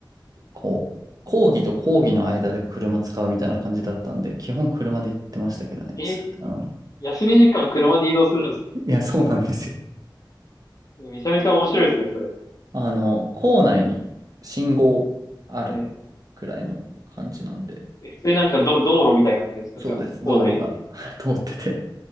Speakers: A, on the right; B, on the left.
A: こう、講義と講義の間で車使うみたいな感じだったんで、基本車で行ってましたけどね、
B: え、
A: すぐなのに。
B: 休み時間車で移動するんですか
A: いや、そうなんですよ。
B: えめちゃめちゃ面白いですね、それ。
A: あの、校内に信号ある
B: はい。
A: くらいの感じなんで、
B: え、普通になんかど、道路みたいになってるんですかじゃあ、
A: そうです、道路が
B: 校内で。
A: <laughs> 通ってて。